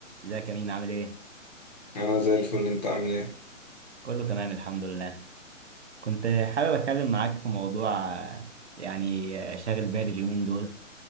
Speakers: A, on the right; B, on the left.
A: ازيك يا مين عامل ايه؟
B: انا زي الفل انت عامل ايه
A: كله تمام الحمد لله كنت حابب اتكلم معاك في موضوع آه، يعني آه، شاغل بالي اليومين دول